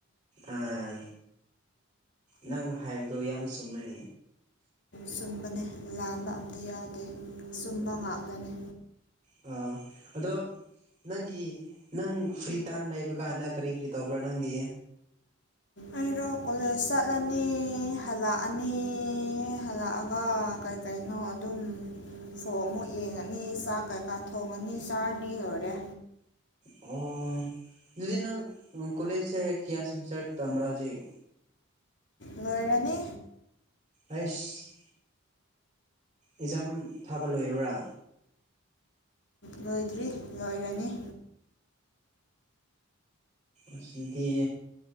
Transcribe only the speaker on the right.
ꯑꯥ ꯅꯪ ꯍꯥꯏꯕꯗꯨꯣ ꯌꯥꯝ ꯆꯨꯝꯃꯦ
ꯑ ꯑꯗꯣ ꯅꯪꯒꯤ ꯅꯪ ꯐ꯭ꯔꯤ ꯇꯥꯏꯝ ꯂꯩꯕ ꯀꯥꯟꯗ ꯀꯔꯤ ꯀꯔꯤ ꯇꯧꯕ꯭ꯔꯥ ꯅꯪꯗꯤ
ꯑꯣ ꯑꯗꯨꯗꯤ ꯅꯪ ꯀꯣꯂꯦꯖꯁꯦ ꯀꯌꯥ ꯁꯤꯃꯤꯁꯇꯔ ꯇꯝꯕ꯭ꯔꯥ ꯍꯧꯖꯤꯛ
ꯑꯩꯁ ꯑꯦꯛꯖꯥꯝ ꯊꯥꯕ ꯂꯣꯏꯔꯕ꯭ꯔꯥ
ꯑꯁꯗꯤ